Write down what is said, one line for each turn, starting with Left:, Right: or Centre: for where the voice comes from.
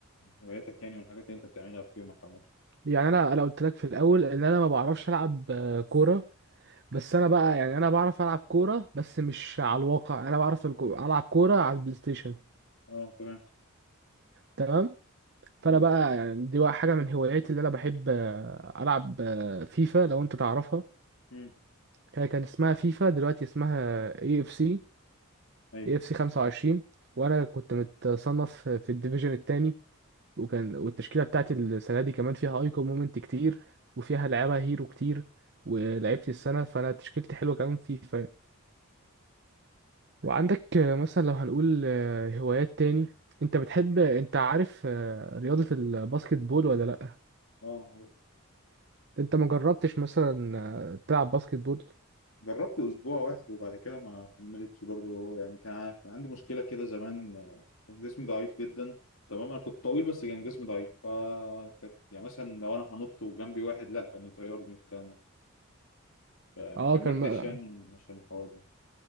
Left: هواياتك يعني والحاجات اللي انت بتعملها في يومك عامة
Right: يعني انا انا قلت لك في الاول ان انا ما بعرفش العب آه، كوره بس انا بقى يعني انا بعرف العب كوره بس مش على الواقع انا بعرف الكو- العب كوره على البلاي ستيشن
Left: اه تمام
Right: تمام فانا
Left: مم.
Right: بقى يعني دي بقى حاجه من هواياتي اللي انا بحب آه، العب آه، فيفا لو انت تعرفها
Left: مم.
Right: هي كان اسمها فيفا دلوقتي اسمها اي اف سي
Left: ايوه
Right: اي اف سي 25 وانا كنت متصنف في الديفيجن التاني وكان والتشكيله بتاعتي السنه دي كمان فيها ايكون مومنت كتير وفيها لعيبه هيرو كتير ولعبت السنه فانا تشكيلتي حلوه كمان فيفا وعندك آه، مثلا لو هنقول آه، هوايات تاني انت بتحب انت عارف آه، رياضة الباسكت بول ولا لا
Left: اه عارف.
Right: انت ما جربتش مثلا آه، تلعب باسكت بول
Left: جربت اسبوع واحد وبعد كده ما كملتش برضه يعني كان ع- كان عندي مشكلة كده زمان آه، كان جسمي ضعيف جدا تمام انا كنت طويل بس كان جسمي ضعيف ف كانت- يعني مثلا لو انا هنط وجنبي واحد لا كان يطيرني والكلام ده فما
Right: اه
Left: كملتش
Right: كان م-
Left: يعني عشان الحوار ده